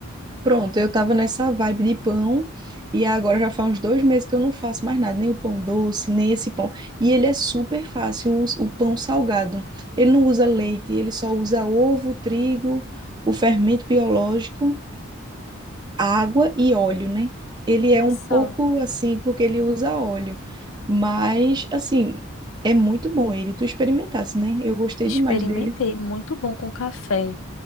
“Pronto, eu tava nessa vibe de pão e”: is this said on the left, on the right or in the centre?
Right